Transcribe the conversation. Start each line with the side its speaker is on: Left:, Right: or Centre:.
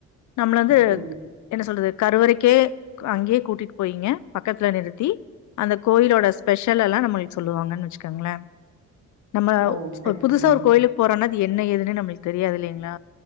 Left: நம்மள வந்துக்
Right: சரிங்க.
Left: என்ன சொல்றது கருவறைக்கே அங்கேயே கூட்டிட்டு போயீங்க பக்கத்துல நிறுத்தி அந்த கோயிலோட ஸ்பெஷல் எல்லா நம்மளுக்கு சொல்லுவாங்கன்னு வச்சுக்கோங்கள நம்ம
Right: ஓ! சரி,
Left: ஒர் புதுசா
Right: சரிங்க.
Left: ஒரு கோயிலுக்கு போறோனா அது என்ன ஏதுன்னு நம்மளுக்கு தெரியாது இல்லங்களா